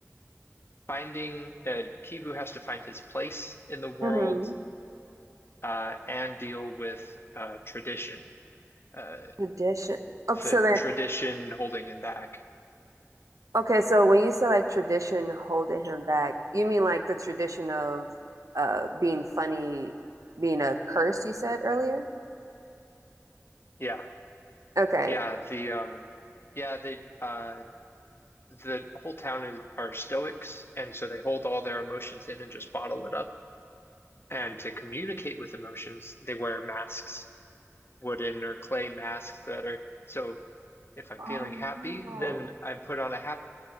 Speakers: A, on the left; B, on the right.
A: finding uh, Kivu has to find his place in the world
B: Mm-hmm.
A: uh, and deal with uh, tradition, uh,
B: Tradition. Oh, so
A: the
B: then
A: tradition holding him back.
B: okay, so when you say like tradition holding him back, you mean like the tradition of uh being funny being a curse you said earlier?
A: Yeah,
B: Okay.
A: yeah. The um, yeah, the uh, the whole town is, are Stoics, and so they hold all their emotions in and just bottle it up. And to communicate with emotions, they wear masks. wooden or clay masks that are so if I'm
B: Oh
A: feeling happy,
B: no.
A: then I put on a happy